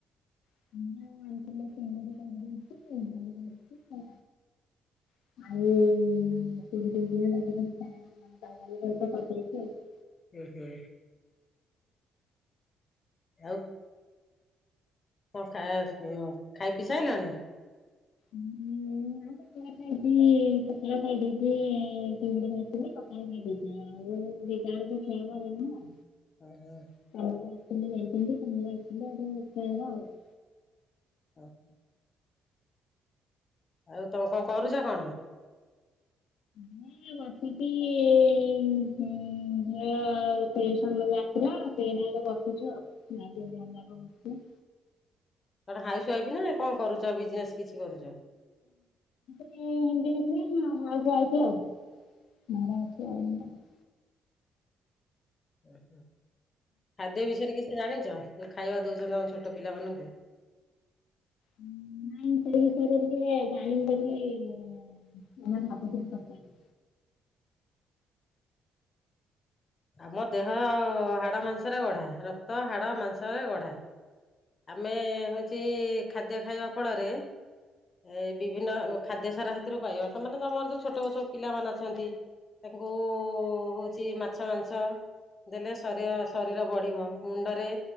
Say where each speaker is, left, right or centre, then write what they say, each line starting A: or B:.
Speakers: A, on the left; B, on the left.
A: <inaudible> ଡାଲି କରିଛି <unintelligible>
B: ହୁଁ ହୁଁ। ଆଉ। କଣ ଖା ଉଁ ଖାଇ ପି ସାଇଲଣି।
A: ହୁଁ। ଟିକେ ପଖାଳ ଖାଇ ଦେଇଛି ଚିଙ୍ଗୁଡି ଭାଜିଥିଲି ପଖାଳ ଖାଇ ଦେଇଥିଲି। ଆଉ ଦି ଟା ବେଳକୁ ଖାଇବା ଗରମ।
B: ହୁଁ ହୁଁ।
A: <unintelligible>
B: ଉଁ ହୁଁ। ଆଉ ତମେ କଣ କରୁଛ କଣ।
A: ମୁଁ ଏଇ ବାସିିକି ଏ ଉଁ ଝିଅ ଟ୍ୟୁସନ ରୁ ସେଇ ନାଗି ଏଇଠେ ବସିଛୁ ଆଉ ଆଉ ମା ଝିଅ ଦି ଜଣ ଯାକ ବସିଛୁ।
B: କଣ ହାଉସ ୱାଇଫ ନା କଣ କରୁଛ ବିଜନେସ୍ କିଛି କରୁଛ।
A: <unintelligible>
B: ଉଁ ହୁଁ ଖାଦ୍ୟ ବିଷୟରେ କିଛି ଜାଣିଛ ଯୋଉ ଖାଇବା ଦଉଛନ୍ତି ଆମେ ଛୋଟ ପିଲାମାନଙ୍କୁ।
A: ଉଁ ନାଇଁ ସେଇ ବିଷୟରେ ଟିକେ ଯାଣି ପାରୁନି ହୁଁ ତ ମୁଁ ଭାବୁଥିଲି ପଚାରିବି।
B: ଆମ ଦେହ ହାଡ ମାଂସରେ ଗଢା ରକ୍ତ ହାଡ ମାଂସ ରେ ଗଢା। ଆମେ ହଉଛି ଖାଦ୍ୟ ଖାଇବା ଫଳରେ। ଏ ବିଭିନ୍ନ ଖାଦ୍ୟ ସାର ସେଥିରୁ ପାଇବା ତ ମାନେ ତମର ଯୋଉ ଛୋଟ ଯୋଉ ପିଲାମାନେ ଅଛନ୍ତି। ତାଙ୍କୁ ହଉଛି ମାଛ ମାଂସ। ଦେଲେ ଶରୀର ଶରୀର ବଢ଼ିବ ମୁଣ୍ଡରେ